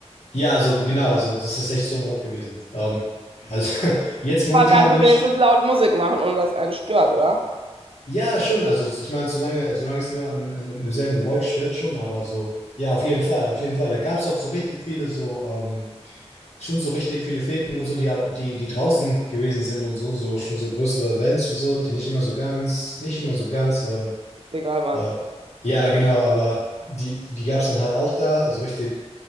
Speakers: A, on the left (about 80°); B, on the right (about 55°).
A: ja, also genau, also das ist echt so ein Ort gewesen. Ähm, also <laughs> jetzt momentan
B: Aber kannst du
A: bin
B: wenigstens
A: ich
B: laut Musik machen, ohne dass einen stört, oder?
A: Ja, schon. Also ich meine, solange, solange es niemanden in, in, im selben Gebäude stört, schon, aber so, ja, auf jeden Fall, auf jeden Fall. Da gab es auch so richtig viele, so, ähm, schon so richtig viele Feten und so, die, au- die, die draußen gewesen sind und so, so, schon so größere Events und so, die nicht immer so ganz, nicht immer so ganz, ähm,
B: Egal wann.
A: äh, ja, genau, aber die, die gab es dann halt auch da, also richtig,